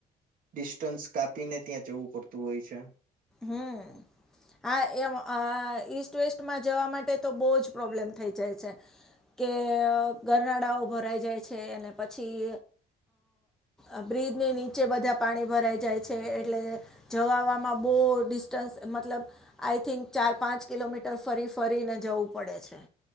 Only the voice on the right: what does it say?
ડિસ્ટન્સ કાપીને ત્યાં જવું પડતું હોય છે.